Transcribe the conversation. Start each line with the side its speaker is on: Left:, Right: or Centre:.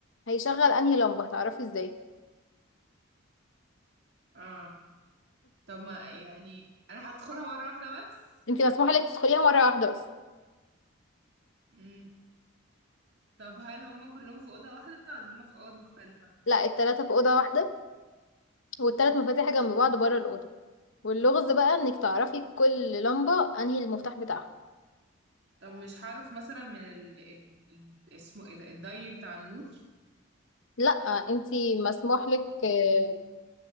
Left: هيشغل أنهي لمبة هتعرفي ازاي
Right: اه طب ما يعني انا هدخلها مرة واحدة بس
Left: انتي مسموح لك تدخليها مرة واحدة بس
Right: مم. طب هل هم كلهم في أوضة واحدة ولا هم في أوض مختلفة
Left: لا التلاتة في أوضة واحدة والتلات مفاتيح جنب بعض بره الأوضة واللغز بقى انك تعرفي كل لمبة انهي المفتاح بتاعها
Right: طب مش هعرف مثلا من ال... ال... ال... اسمه ايه ده الضي بتاع النور
Left: لا انتي مسموح لك آه،